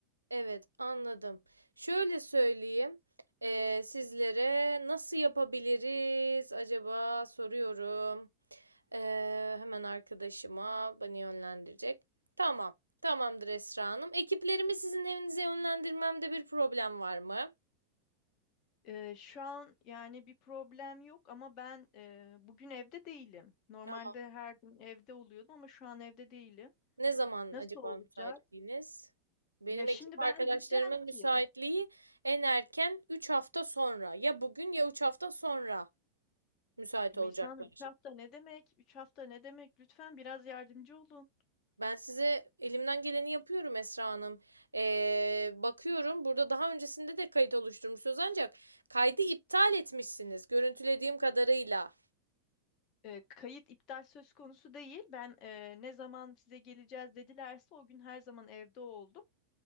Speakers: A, on the right (about 80°); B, on the left (about 40°).
A: Evet, anladım. Şöyle söyleyeyim, eee, sizlere nasıl yapabiliriz acaba soruyorum. Eee, hemen arkadaşıma beni yönlendirecek. Tamam, tamamdır Esra Hanım. Ekiplerimi sizin evinize yönlendirmemde bir problem var mı?
B: Ee, şu an yani bir problem yok ama ben e, bugün evde değilim. Normalde
A: Aa,
B: her gün evde oluyordum ama şu an evde değilim.
A: Ne zaman
B: Nasıl
A: acaba
B: olacak?
A: müsaitliğiniz? Benim
B: Ya şimdi
A: ekip
B: ben
A: arkadaşlarımın
B: diyeceğim
A: müsaitliği
B: ki
A: en erken 3 hafta sonra. Ya bugün ya 3 hafta sonra müsait
B: Rümeysa
A: olacaklar.
B: Hanım, üç hafta ne demek? 3 hafta ne demek? Lütfen biraz yardımcı olun.
A: Ben size elimden geleni yapıyorum Esra Hanım. Ee, bakıyorum burada daha öncesinde de kayıt oluşturmuşsunuz ancak kaydı iptal etmişsiniz görüntülediğim kadarıyla.
B: Ee, kayıt iptal söz konusu değil. Ben e, ne zaman size geleceğiz dedilerse o gün her zaman evde oldum.